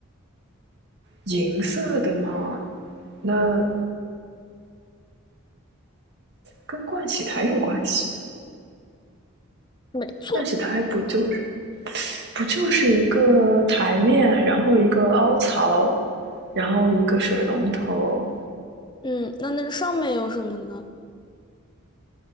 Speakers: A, on the right; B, on the left.
A: 银色的吗？那跟盥洗台有关系。
B: 没错。
A: 盥洗台不就不就是一个台面，然后一个凹槽，然后一个水龙头
B: 嗯，那那个上面有什么呢？